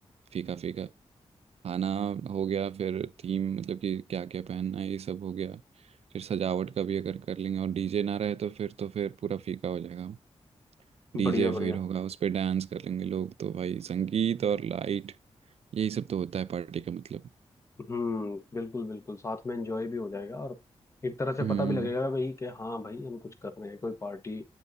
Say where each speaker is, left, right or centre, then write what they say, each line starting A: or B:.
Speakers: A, on the right (about 70°); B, on the left (about 25°).
A: फीका फीका खाना हो गया फिर थीम मतलब कि क्या क्या पहनना है ये सब हो गया फिर सजावट का भी अगर कर लेंगे और डीजे ना रहे तो फिर तो फिर पूरा फीका हो जाएगा
B: है
A: डीजे
B: बढ़िया बढ़िया
A: फिर होगा उस पर डांस कर लेंगे लोग तो भाई संगीत और लाइट यही सब तो होता है पार्टी का मतलब
B: हम्म बिल्कुल बिल्कुल साथ में एंजॉय भी हो जाएगा और एक तरह से
A: हम्म
B: पता भी लगेगा भाई कि हाँ भाई हम कुछ कर रहे हैं कोई पार्टी